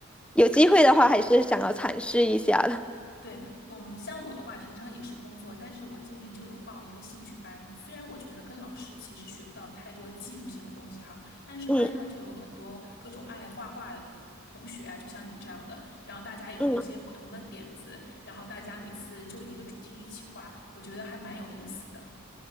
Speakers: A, in the centre; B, on the left.
A: 有机会的话，
B: 对。
A: 还是想要尝试一下的。
B: 对，嗯，像我的话，平常也是工作，但是我今年就有报一个兴趣班。虽然我觉得跟老师其实学不到太多技术性的东西哈，但是班上就有很多各种爱画画的同同学啊，
A: 嗯
B: 就像你这样的，然后大家有一些不同的点子，
A: 嗯，
B: 然后大家每次就一个主题一起画，我觉得还蛮有意思的。